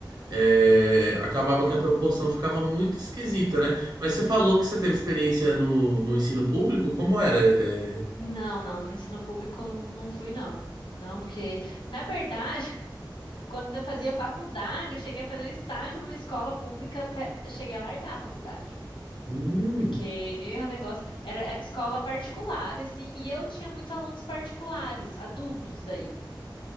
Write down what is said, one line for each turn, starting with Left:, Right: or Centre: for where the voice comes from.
Right: é, acabava que a proporção ficava muito esquisita, né? Mas você falou que você teve experiência no, no ensino público? Como era? É,
Left: Não, não, no ensino público eu não, não fui, não. Não, porque, na verdade, <laughs> quando eu fazia faculdade, eu cheguei a fazer um estágio numa escola pública até cheguei a largar a faculdade.
Right: hum,
Left: Porque <laughs> o negócio era, era escola particular, assim, e eu tinha muitos alunos particulares, adultos daí.